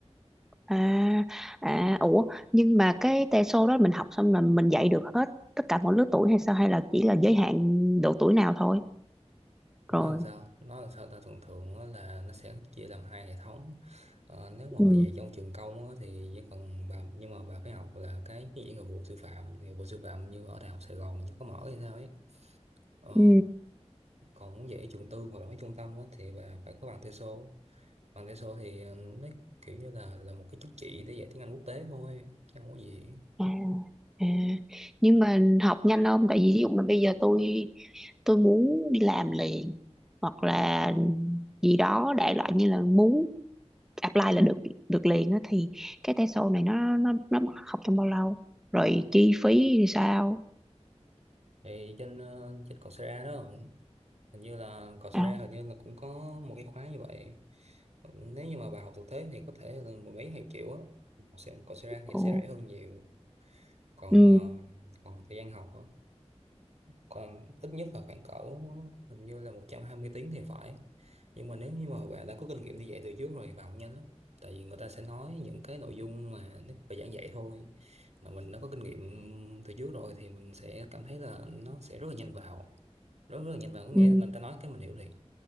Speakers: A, in the centre; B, on the right.
A: À, à, ủa, nhưng mà cái teso đó mình học xong là mình dạy được hết tất cả mọi lứa tuổi hay sao? Hay là chỉ là giới hạn độ tuổi nào thôi?
B: nó
A: Rồi.
B: làm sao nó làm sao ta thường thường á là nó sẽ chia làm hai hệ thống ờ, nếu mà
A: Ừ.
B: bà dạy trong trường công á, thì chỉ cần bà nhưng mà bà phải học là cái cái dạy nghiệp vụ sư phạm thì nghiệp vụ sư phạm như ở đại học Sài Gòn chứ có mở hay sao ấy ờ,
A: Ừ.
B: còn muốn dạy trường tư hoặc là mấy trung tâm á, thì bà phải có bằng TESOL bằng TESOL thì ờ, nó kiểu như là là một cái chứng chỉ để dạy tiếng Anh quốc tế thôi chứ không có gì
A: À, à. Nhưng mà học nhanh không? Tại vì ví dụ mà bây giờ tôi tôi muốn đi làm liền hoặc là gì đó đại loại như là muốn apply là được được liền á thì cái teso này nó nó nó học trong bao lâu? Rồi chi phí thì sao?
B: thì trên ờ, trên Coursera đó hình như là còn sinh
A: À,
B: ra hình như là cũng có một cái khóa như vậy nếu như mà bà học thực tế thì có thể là mười mấy hai triệu á còn sinh còn sinh ra thì
A: ồ.
B: sẽ rẻ hơn nhiều còn
A: Ừ.
B: ờ, còn thời gian học hả? còn ít nhất là khoảng cỡ hình như là 120 tiếng thì phải nhưng mà nếu như mà bạn đã có kinh nghiệm đi dạy từ trước rồi vào nhanh lắm tại vì người ta sẽ nói những cái nội dung mà nếu bài giảng dạy thôi mà mình đã có kinh nghiệm từ trước rồi thì mình sẽ cảm thấy là nó sẽ rất là nhanh vào rất rất là nhanh vào có nghĩa
A: Ừ.
B: là người ta nói cái mình hiểu liền